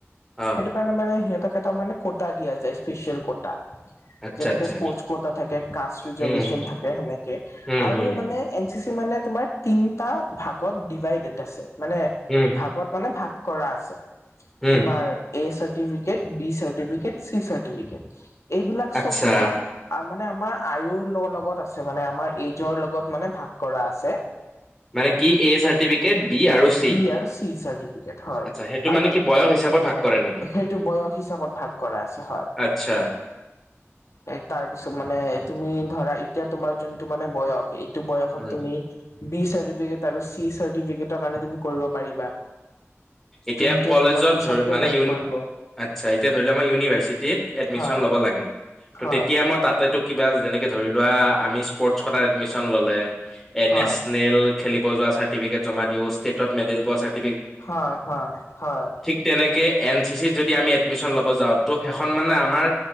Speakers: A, in the centre; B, on the left.
A: অ',
B: সেইটো কাৰণে মানে সিহঁতক এটা মানে কটা দিয়া যায় স্পেচিয়েল কটা।
A: আচ্ছা
B: যেনেকে
A: আচ্ছা
B: স্পৰ্ট কটা থাকে, কাষ্ট ৰিজাৰভেশচন
A: উম,
B: থাকে সেনেকে,
A: উম,
B: আৰু
A: উম,
B: মানে এন চি চি মানে তোমাৰ তিনটা ভাগত ডিভাইডেড আছে, মানে
A: উম।
B: আগত মানে ভাগ কৰা আছে,
A: উম,
B: তোমাৰ A certificate, B certificate C certificate, এইবিলাক
A: আচ্ছা
B: চ'ব তোমাৰ মানে আমাৰ আয়ুৰ লগ লগত আছে, মানে আমাৰ এইজৰ লগত মানে ভাগ কৰা আছে।
A: মানে কি এ চাৰ্টিফি কেট, বি আৰু চি,
B: বি আৰু চি চাৰ্টিফিকেট হয়
A: আচ্ছা সেইটো
B: আৰু
A: মানে কি বয়স হিচাপত ভাগ কৰে নেকি?
B: সেইটো বয়স হিচাপত ভাগ কৰা আছে হয়।
A: আচ্ছা।
B: এ তাৰপিছত মানে তুমি ধৰা এতিয়া তোমাৰ যোনটো মানে বয়স, এই টো বয়ত
A: উম,
B: তুমি বি চাৰ্টিফিকেট আৰু চি চাৰ্টিফিকেটৰ কাৰণে তুমি কৰিব পাৰিবা।
A: এতিয়া
B: যোনটোৱে
A: কলেজত
B: তোমাক পিছতকেও
A: ধৰ মানে
B: হেল্প
A: ইউ
B: কৰিব
A: আচ্ছা এতিয়া ধৰিলোৱা মই ইউনিভাৰ্চিটিত এডমিশ্যন
B: হয়
A: লবা লাগে, ত
B: হয়
A: তেতিয়া মই তাতেটোৰ কিবা যেনেকে ধৰি লোৱা আমি স্প'ৰ্টচ কোটাত এডমিশ্যন ল'লে, এ
B: হয়
A: নেচনেল খেলিব যোৱা চাৰ্টিফিকেট জমা দিওঁ, ষ্টেটত মেডেল পোৱা চাৰ্ট
B: হয়, হয়, হয়।
A: ঠিক তেনেকে এন চি চিত যদি আমি এডমিশ্যন ল'ব যাওঁ, ত সেইখন মানে আমাৰ